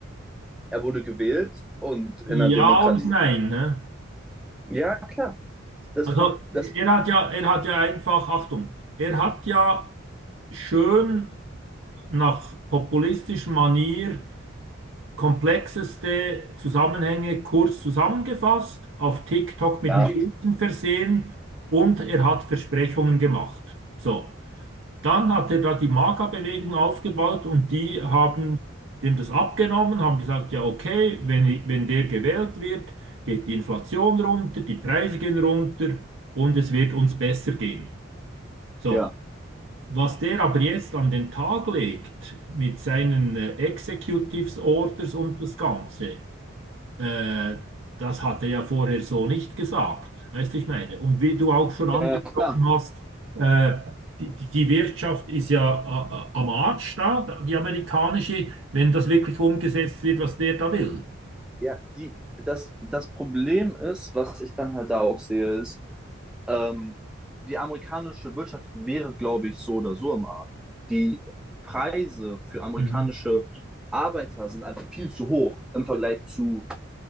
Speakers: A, in the centre; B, on the right.
A: Er wurde gewählt und in einer
B: Ja
A: Demokratie.
B: und nein. Ne?
A: Ja, klar. Das,
B: Also
A: Problem, das,
B: er hat ja, er hat ja einfach, Achtung, er hat ja schön nach populistischer Manier komplexeste Zusammenhänge kurz zusammengefasst, auf TikTok mit
A: ja,
B: einem Bildchen versehen und er hat Versprechungen gemacht. So, dann hat er da die Maga-Bewegung aufgebaut und die haben dem das abgenommen, haben gesagt, ja okay, wenn, wenn der gewählt wird, geht die Inflation runter, die Preise gehen runter und es wird uns besser gehen. So.
A: ja.
B: Was der aber jetzt an den Tag legt mit seinen äh, Executives Orders und das Ganze, äh, das hat er ja vorher so nicht gesagt, weißt du, ich meine. Und wie du auch schon angesprochen
A: Ja, klar.
B: hast, äh, die, die die Wirtschaft ist ja a- a- am Arsch da, die amerikanische, wenn das wirklich umgesetzt wird, was der da will.
A: ja die, das, das Problem ist, was ich dann halt da auch sehe, ist, ähm, die amerikanische Wirtschaft wäre, glaube ich, so oder so im Arsch. Die Preise für amerikanische
B: Mhm.
A: Arbeiter sind einfach viel zu hoch im Vergleich zu